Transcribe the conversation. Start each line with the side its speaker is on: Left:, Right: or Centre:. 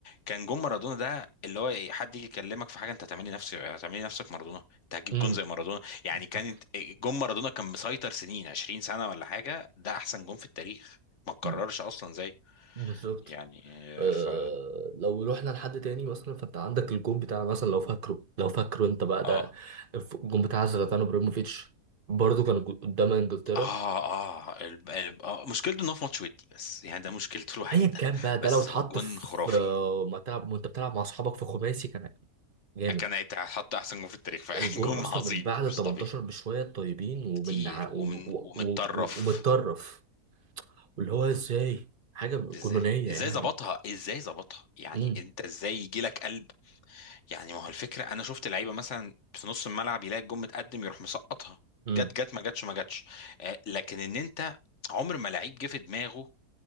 Left: كان جون مارادونا ده اللي هو إيه، حد يجي يكلمك في حاجه انت هتعملي نفسك هتعملي نفسك مارادونا انت هتجيب
Right: امم،
Left: جون زي مارادونا يعني
Right: بالظبط
Left: كانت جون مارادونا كان مسيطر سنين 20 سنه ولا حاجه ده احسن جون في التاريخ ما اتكررش
Right: <clears throat> مم.
Left: اصلا زي
Right: بالظبط
Left: يعني
Right: آه،
Left: ف
Right: لو روحنا لحد تاني مثلا فانت عندك الجون بتاع مثلا لو فاكره لو فاكره انت بقى
Left: اه
Right: ده الجون بتاع زلاتان ابراهيموفيتش برضه كان جو- قدام انجلترا
Left: اه اه الب... الب... اه مشكلته ان هو في ماتش ودي بس يعني ده مشكلته <laughs> الوحيده
Right: ايا كان بقى ده
Left: بس
Right: لو اتحط
Left: هو جون
Right: في
Left: خرافي
Right: آه، ما تلعب وانت بتلعب مع اصحابك في خماسي كان جامد
Left: كان هيتحط احسن جون في التاريخ فعلا
Right: الجون
Left: <laughs> جون
Right: اصلا
Left: عظيم
Right: من بعد ال
Left: مش
Right: 18
Left: طبيعي
Right: بشويه طيبين ومن
Left: كتير
Right: ع-
Left: ومن
Right: و- و-
Left: ومتطرف
Right: و- و- ومتطرف واللي هو ازاي حاجه جنونيه
Left: ازاي ازاي
Right: يعني
Left: ظبطها ازاي ظبطها يعني
Right: امم
Left: انت ازاي يجي لك قلب يعني ما هو الفكره انا شفت لعيبه مثلا في نص الملعب يلاقي الجون متقدم يروح مسقطها
Right: امم
Left: جت جت ما جتش ما جتش آه لكن ان انت عمر ما لعيب جه في دماغه